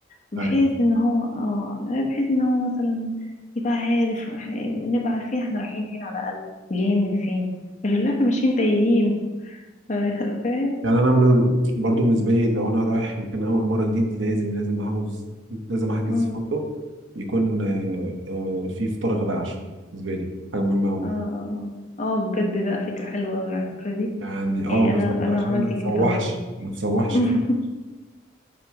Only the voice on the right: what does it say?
ايوه
يعني انا من... برضو بالنسبة لي لو انا رايح مكان اول مرة جديد لازم لازم احجز لازم احجز
فندق يكون آه، آه، فيه فطار غدا عشاء بالنسبة لي حاجة مهمة قوي
يعني اه
مم.
بالظبط
عشان
ما تسوحش
ما تسوحش
في